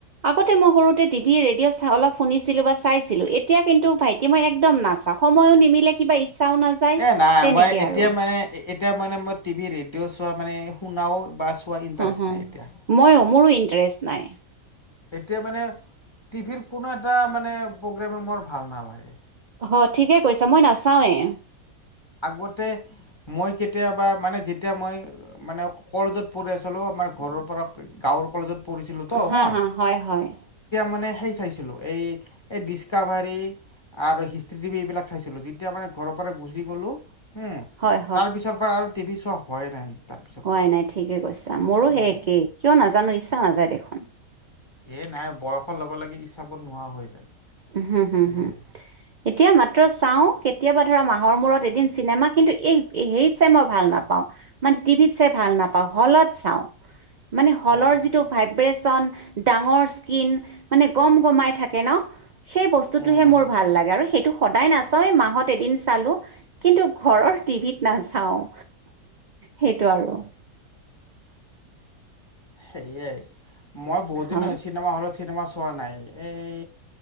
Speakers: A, on the right (about 55°); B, on the left (about 20°).
A: আগতে মই সৰুতে টিভি ৰেডিঅ' অলপ শুনিছিলো বা চাইছিলো, এত এতিয়া কিন্তু ভাইটি মই একদম নাচাওঁ সময়ো নিমিলে কিবা ইচ্ছাও নাযায়
B: এ নাই
A: তেনেকে
B: মই এতিয়া
A: আৰু
B: মানে এতিয়া মানে মই টিভি ৰেডিঅ' চোৱা মানে শুনাও বা চোৱা ইণ্টাৰেষ্ট
A: হুম',
B: নাই এতিয়া
A: ময়ো মোৰো ইণ্টাৰেষ্ট নাই।
B: এতিয়া মানে টি ভি ৰ কোনো এটা মানে প্ৰগ্ৰেম মোৰ ভাল নেলাগে।
A: অ', ঠিকে কৈছা মই নাচাৱেই।
B: আগতে মই কেতিয়াবা মানে যেতিয়া মই মানে কলেজত পঢ়ি আছিলোঁ আমাৰ ঘৰৰ পৰা গাঁৱৰ কলেজত পঢ়িছিলোঁ ত
A: হা
B: মই।
A: হা হয়'- হয়'।
B: মানে সেই চাইছিলো এই ডিচকাভাৰী আৰু হিষ্ট্ৰী টি ভি এইবিলাক খাইছিলো তেতিয়া মানে ঘৰৰ পৰা গুচি গলো। উম',
A: হয়
B: তাৰ পিছৰ পৰা আৰু টিভি চোৱাই হোৱা নাই। তাৰপিছৰ পৰা
A: অ', নাই ঠিকে কৈছা মোৰো
B: উম।
A: সে একেই কিয় নাজানো ইচ্ছা নাযায় দেখোন।
B: এ নাই বয়সৰ লগে-লগে ইচ্ছাবোৰ নোহোৱা হৈ যায়।
A: হম'- হুম'-
B: সেইয়ে।
A: হুম'। এতিয়া মাত্ৰ চাওঁ কেতিয়াবা ধৰা মাহৰ মূৰত এদিন চিনেমা কিন্তু এই হেৰিত চাই মই ভাল নাপাওঁ মানে টিভিত চাই ভাল নাপাওঁ হলত চাওঁ। মানে হলৰ
B: অ'।
A: যিটো ভাইব্ৰেচন, ডাঙৰ স্কিন মানে গম-গমাই থাকে ন? সেই বস্তুটোহে
B: উম।
A: মোৰ ভাল লাগে আৰু সেইটো সদায় নাচায় মাহত এদিন চালো। কিন্তু ঘৰৰ টিভিত নাচাওঁ সেইটো আৰু।
B: সেয়াই মই বহুত দিন
A: হয়
B: চিনেমা হলত চিনেমা চোৱা নাই। এই